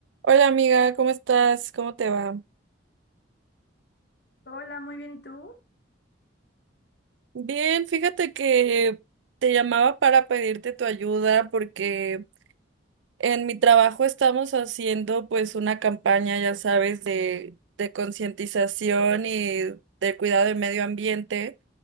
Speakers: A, on the right; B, on the left.
A: Hola amiga, ¿cómo estás? ¿Cómo te va?
B: Hola, muy bien, ¿y tú?
A: Bien, fíjate que te llamaba para pedirte tu ayuda porque en mi trabajo estamos haciendo pues una campaña, ya sabes, de, de concientización y de cuidado del medio ambiente.